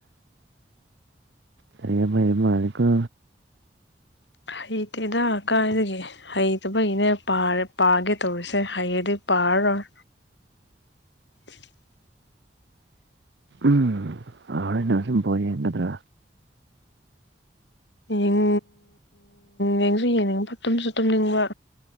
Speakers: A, on the right; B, on the left.
A: ꯂꯥꯏꯔꯤꯛ ꯌꯥꯝ ꯍꯩꯕ ꯃꯥꯜꯂꯤꯀꯣ
B: ꯍꯩꯇꯦꯗ ꯀꯥꯏꯗꯒꯤ ꯍꯩꯇꯕꯩꯅꯦ ꯄꯔꯥ ꯄꯥꯒꯦ ꯇꯧꯔꯤꯁꯦ ꯍꯩꯔꯗꯤ ꯄꯥꯔꯔꯣꯢ <inaudible>
A: ꯎꯝ ꯍꯣꯔꯦꯟ ꯅꯨꯡꯊꯤꯜ ꯕꯣꯜ ꯌꯦꯡꯒꯗ꯭ꯔꯥ
B: ꯌꯦꯡ ꯌꯦꯡꯁꯨ ꯌꯦꯡꯅꯤꯡꯕ ꯇꯨꯝꯁꯨ ꯇꯨꯝꯅꯤꯡꯕ